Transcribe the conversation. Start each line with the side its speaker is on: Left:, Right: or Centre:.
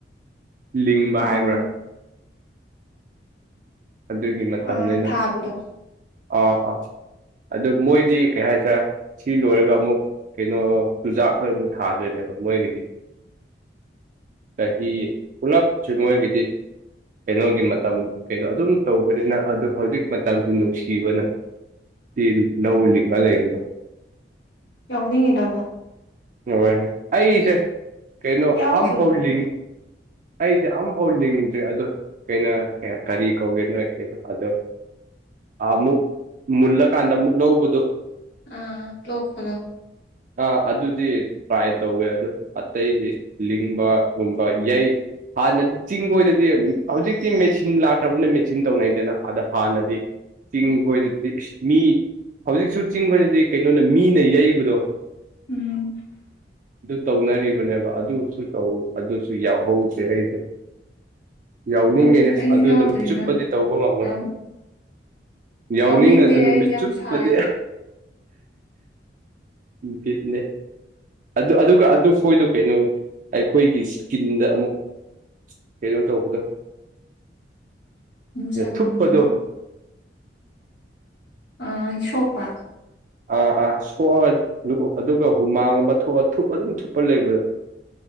Right: ꯂꯤꯡꯕ
Left: ꯑꯥ
Right: ꯍꯥꯏꯕ꯭ꯔꯥ ꯑꯗꯨꯒꯤ ꯃꯇꯝꯅꯤꯅ
Left: ꯑ ꯊꯥꯕꯗꯣ
Right: ꯑꯥ ꯑꯥ ꯑꯗꯨ ꯃꯣꯏꯗꯤ ꯀꯩ ꯍꯥꯏꯁꯔꯦ ꯁꯤ ꯂꯣꯏꯔꯒ ꯑꯃꯨꯛ ꯀꯩꯅꯣ ꯆꯨꯖꯥꯛꯈꯣꯏ ꯑꯃꯨꯛ ꯊꯥꯗꯣꯏꯅꯦꯕ ꯃꯣꯏꯒꯤꯗꯤ
Left: ꯑꯣ <unintelligible> <inaudible>
Right: ꯆꯍꯤ ꯄꯨꯂꯞ ꯆꯋꯥꯣꯏꯒꯗꯤ ꯀꯩꯅꯣꯒꯤ ꯃꯇꯝ ꯀꯩꯅꯣ ꯑꯗꯨꯝ ꯇꯧꯕꯅꯤꯅ ꯑꯗꯨ ꯍꯧꯖꯤꯛ ꯃꯇꯝꯁꯤ ꯅꯨꯡꯁꯤꯕꯅ ꯇ ꯂꯧ ꯂꯤꯉ ꯂꯩꯗ
Left: ꯌꯥꯎꯅꯤꯡ ꯏꯗꯕ
Right: ꯍꯣꯏ ꯑꯩꯁꯦ ꯀꯩꯅꯣ
Left: ꯌꯥꯎꯗ꯭ꯔꯣꯅꯦ
Right: ꯑꯝꯐꯥꯎꯉꯤ
Left: ꯑꯗꯨꯗꯤ
Right: ꯑꯩꯁꯦ ꯑꯝꯐꯥꯎ ꯂꯤꯡꯗ꯭ꯔꯤ ꯑꯗꯣ ꯀꯩꯅ ꯀꯔꯤ ꯀꯧꯒꯦꯅ ꯑꯩ ꯀꯅꯣ ꯑꯗꯣ ꯑꯃꯨꯛ ꯃꯨꯜꯂꯀꯥꯟꯗ ꯑꯃꯨꯛ ꯂꯧꯕꯗꯨꯣ
Left: ꯑꯥ ꯂꯣꯛꯄꯗꯣ
Right: ꯑꯥ ꯑꯗꯨꯗꯤ ꯇ꯭ꯔꯥꯏ ꯇꯧꯋꯦ ꯑꯗꯨ ꯑꯇꯩꯗꯤ ꯂꯤꯡꯕꯒꯨꯝꯕ ꯌꯩ ꯍꯥꯟꯅꯗꯤ ꯆꯤꯡ ꯀꯣꯏꯗꯗꯤ ꯍꯧꯖꯤꯛꯇꯤ ꯃꯦꯆꯤꯟ ꯂꯥꯛꯇ꯭ꯔꯕꯅꯤꯅ ꯃꯦꯆꯤꯟ ꯇꯧꯅꯩꯗꯅ ꯑꯗ ꯍꯥꯟꯅꯗꯤ ꯆꯤꯡ ꯈꯣꯏꯗꯗꯤ ꯃꯤ ꯍꯧꯖꯤꯛꯁꯨ ꯆꯤꯡ ꯈꯣꯏꯗꯗꯤ ꯀꯩꯅꯣꯅ ꯃꯤꯅ ꯌꯩꯕꯗꯣ
Left: ꯎꯝ
Right: ꯑꯗꯨ ꯇꯧꯅꯔꯤꯕ ꯅꯦꯕ ꯑꯗꯨꯁꯨ ꯇ ꯑꯗꯨꯁꯨ ꯌꯥꯎꯍꯧꯗꯦ ꯑꯩꯁꯦ ꯌꯥꯎꯅꯤꯡꯉꯤꯅꯦ
Left: ꯑꯩꯗꯤ ꯑꯩꯁꯨ
Right: ꯑꯗꯨ
Left: ꯌꯥꯎꯗ꯭ꯔꯤꯗ
Right: ꯅꯨꯃꯤꯠ ꯆꯨꯞꯄꯗꯤ ꯇꯧꯕ ꯉꯝꯃꯣꯏ
Left: ꯌꯥꯎ
Right: ꯌꯥꯎꯅꯤꯡꯉꯁꯨ
Left: ꯌꯥꯎꯅꯤꯡꯗꯦ
Right: ꯅꯨꯃꯤꯠ
Left: ꯑꯩꯗꯤ ꯌꯥꯝ
Right: ꯆꯨꯞꯄꯗꯤ
Left: ꯁꯥꯏ
Right: ꯕꯣꯠ ꯅꯦ ꯑꯗꯨ ꯑꯗꯨꯒ ꯑꯗꯨ ꯍꯣꯏꯗꯣ ꯀꯩꯅꯣ ꯑꯩꯈꯣꯏꯒꯤ ꯏꯁꯀꯤꯟꯗ ꯑꯃꯨꯛ ꯀꯩꯅꯣ ꯇꯧꯕꯥꯗꯣ
Left: ꯃꯨꯁꯟꯒꯅꯤ
Right: ꯊꯨꯞꯄꯗꯣ
Left: ꯑꯥ ꯁꯣꯛꯄ
Right: ꯑꯥ ꯑꯥ ꯁꯣꯛ ꯑꯗꯨꯒ ꯍꯨꯃꯥꯒꯨꯝꯕ ꯊꯛꯑꯒ ꯊꯨꯞ ꯑꯗꯨꯝ ꯊꯨꯞꯄ ꯂꯩꯕꯗꯣ